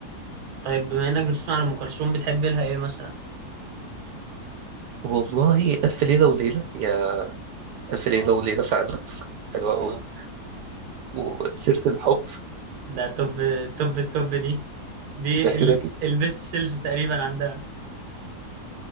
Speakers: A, on the right (about 70°); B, on the right (about 85°).
A: طيب بما انك بتسمع لأم كلثوم بتحب لها ايه مثلا
B: والله ألف ليلة وليلة هي ألف ليلة
A: اه
B: وليلة فعلا <laughs> حلوة
A: اه
B: أوي وسيرة الحب
A: ده توب توب التوب دي دي
B: ده كده
A: ال...
B: كده
A: البيست سيلز تقريبا عندها